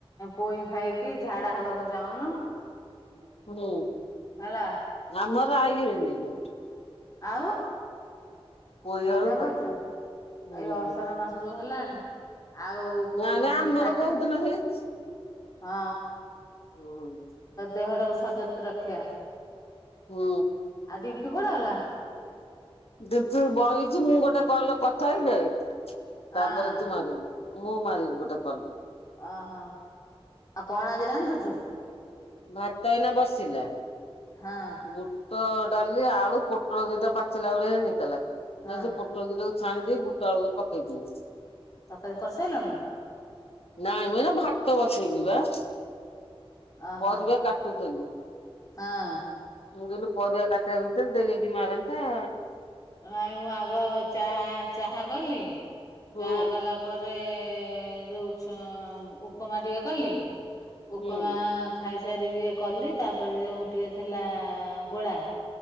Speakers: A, on the left; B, on the left.
A: ପୋଇ ଖାଇକି ଝାଡା ହବାକୁ ଚାହୁଁନୁ।
B: ହୁଁ।
A: ହେଲା।
B: ଆମର ରାଇ ହେଇନିକି।
A: ଆଉ
B: ପୋଇ
A: ଭଜା
B: ଆଳୁ
A: କରୁଛ?
B: ହୁଁ
A: ଏଇ ଅସାଢ ମାସ ଯୋଉ ହେଲାଣି ଆଉ ପୋଇ
B: ନା
A: ଫୋଇ
B: ଆ ଆମର
A: ଖାଇକି
B: କୋଉ ଦିନ ହେଇଛି?
A: ହଁ
B: ହୁଁ
A: ଦେହଟାକୁ ସରଜତ ସଜତ ରଖିବା।
B: ହୁଁ।
A: ଆଉ ଦିମ୍ପି କୁଆଡେ ଗଲା?
B: ଦେ ତୁ ବଇଛି ମୁଁ ଗୋଟେ କଲ କଥା ହେଇଯାଏ
A: ହଁ
B: ତାପରେ ତୁ ମାରିବୁ। ମୁଁ ମାରିବି ଗୋଟେ କଲ।
A: ଓହୋ ଆଉ କଣ ଆଜି ରାନ୍ଧୁଛୁ?
B: ଭାତ ଏଇନା ବସିଲା?
A: ହଁ
B: ବୁଟ ଡାଲି ଆଳୁ ପୋଟଳ ଦିଟା ପାଚିଲା ଭେଳିଆ ହେଇଥିଲା
A: ହଁ
B: ସେ ପୋ ପୋଟଳ ଦିଟା କୁ ତାକୁ ଛାଣି ଦେଇି ବୁଟ ଆକୁରେ ପକେଇଦିଏ।
A: ତରକାରୀ କରିସାଇଲଣି?
B: ନାଇଁ ମୁଇ ଏଇନା ଭାତ ବସେଇକି ବା
A: ଓହୋ
B: ପରିବା କାଟୁଥିଲି।
A: ହଁ।
B: ମୁଁ ଯେଲୁ ପରିବା କାଟିବା ଭିତରେ ଦେଇଦେଇକିଦି ମାରନ୍ତେ।
A: ନାଇଁ ମୁଁ ଆଗ ଚାହା ଚାହା କଲି
B: ହୁଁ
A: ଚାହା କଲା ପରେ ଯୋଉ ଝି ଉପମା ଟିକେ କଲି ଉପମା
B: ହୁଁ
A: ଖାଇସାରିକି ଇଏ କଲି ତାପରେ ଯେଉଁ ଟିକେ ଥିଲା ଗୋଳା